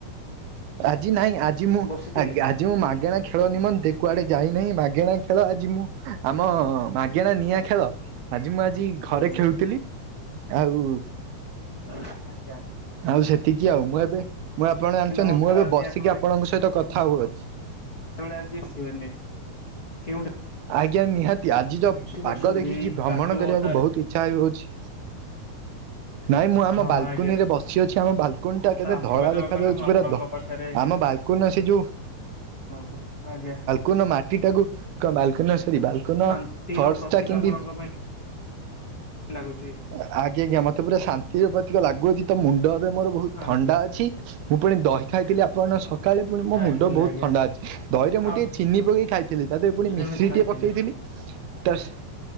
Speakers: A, on the right; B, on the left.
A: ଆଜି ନାଇଁ ଆଜି ମୁଁ
B: ବସିଥିଲେ
A: ଆଗା ଆ ଯେଉଁ ମାଗେଣା ଖେଳ ନିମନ୍ତେ କୁଆଡ଼େ ଯାଇନି ମାଗେଣା ଖେଳ ଆଜି ମୁଁ ଆମ ମାଗେଣା ନିଆଁ ଖେଳ ଆଜି ମୁଁ ଆଜି ଘରେ
B: କୁହନ୍ତୁ
A: ଖେଳୁଥିଲି ଆଉ
B: ଆଜ୍ଞା <inaudible>
A: ଆଉ ସେତିକି ଆଉ ମୁଁ ଏବେ ମୁଁ ଆପଣ ଜାଣିଛନ୍ତି
B: ନବ
A: ମୁଁ
B: ଖେଳ
A: ଏବେ
B: ଆଜି
A: ବସିକି
B: ଆପଣ
A: ଆପଣଙ୍କ ସହିତ କଥା ହଉଅଛି।
B: ମାନେ ଆଜି ଆସିବେନି କେଉଟା
A: ଆଜ୍ଞା ନିହାତି ଆଜି ତ
B: ପଡୁଛନ୍ତି
A: ପାଗ ଦେଖିକି
B: ଏଇ
A: ଭ୍ରମଣ
B: କାଦୁଅ
A: କରିବାକୁ
B: ଓଦାରେ
A: ବହୁତ ଇଚ୍ଛା ହେଉଅଛି। ନାଇଁ ମୁଁ ଆମ
B: ହଁ
A: ବାଲକୁନି
B: ଆଜ୍ଞା
A: ରେ ବସି ଅଛି ଆମ ବାଲ ବାଲକୁନି ଟା
B: ତ
A: କେବେ
B: ଆପଣ
A: ଧଳା
B: ଯୋଗ
A: ଦେଖାଯାଉଛି
B: କଲେ ମୁଁ ଆପଣଙ୍କ
A: ପୁରା
B: ପାଖରେ
A: ଆମ ବାଲକୁନି ସେ ଯଉ
B: ହ ହଉ ଆଜ୍ଞା
A: କୁନି ମାଟି ଟାକୁ କ ବାଲକୁନି ସରି ବାଲକୁନି
B: ଶାନ୍ତିର
A: ଫର୍ସ
B: ପ୍ରତୀକ
A: ଟା କେମତି
B: ଆପଣଙ୍କ ପାଇଁ ଲାଗୁଛି।
A: ଆଜ୍ଞା ଆଜ୍ଞା ମତେ ପୁରା ଶାନ୍ତିର ପ୍ରତିକ ଲାଗୁଅଛି ତ ମୁଣ୍ଡ ଏବେ ମୋର ବହୁତ
B: ଆଜ୍ଞା
A: ଥଣ୍ଡା ଅଛି। ମୁଁ ପୁଣି ଦହି ଖାଇଥିଲି ଆପଣଙ୍କ ସକାଳେ ପୁଣି ମୋ
B: ଆଜିଲା
A: ମୁଣ୍ଡ ବହୁତ
B: ଆଜ୍ଞା
A: ଥଣ୍ଡା ଅଛି। ଦହିରେ ମୁଁ
B: ଆଉ
A: ଟିକେ ଚିନି ପକେଇ ଖାଇଥିଲି ତା ଦେହରେ ପୁଣି
B: ଜଣେ
A: ମିଶ୍ରୀ
B: ଛୁଇଁଥିଲେ
A: ଟିକେ ପକେଇଥିଲି। ତସ୍‌